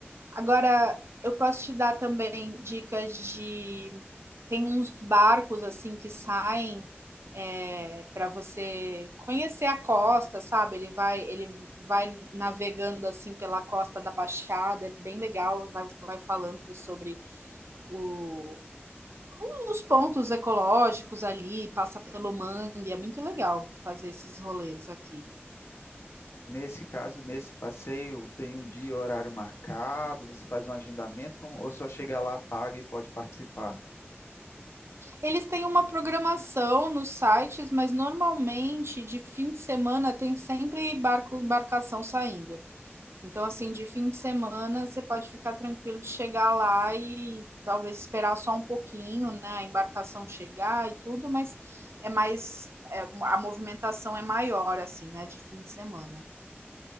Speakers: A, on the right; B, on the left.
A: Agora, eu posso te dar também dicas de. Tem uns barcos assim que saem é, para você conhecer a costa, sabe? Ele vai, ele vai navegando assim pela costa da Baixada, é bem legal, vai, vai falando sobre o, os pontos ecológicos ali, passa pelo mangue, é muito legal fazer esses rolês aqui.
B: Nesse caso, nesse passeio, tem um dia e horário marcado, você faz um agendamento, como, ou só chega lá, paga e pode participar?
A: Eles têm uma programação nos sites, mas normalmente de fim de semana tem sempre barco, embarcação saindo. Então, assim, de fim de semana você pode ficar tranquilo de chegar lá e talvez esperar só um pouquinho, né? A embarcação chegar e tudo, mas é mais é, a movimentação é maior assim, né, de fim de semana.